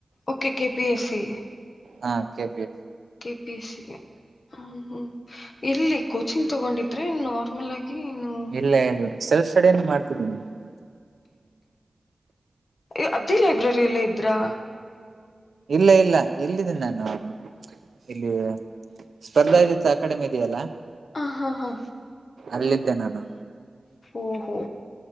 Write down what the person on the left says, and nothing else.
okay K P S C
ಕೆ ಪಿ ಎಸ್ಸಗೆ ಹ್ಮ ಹ್ಮ್ ಎಲ್ಲಿ <unintelligible> ಕೋಚಿಂಗ್ ತೊಗೊಂಡಿದ್ರೆ ನಾರ್ಮಲ್ ಆಗಿ ಏನು
ೆ ಅದ್ದೇ ಲೈಬ್ರರಿ ಎಲ್ಲ ಇದ್ರಾ
ಹ ಹಾ ಹಾ
ಓಹೋ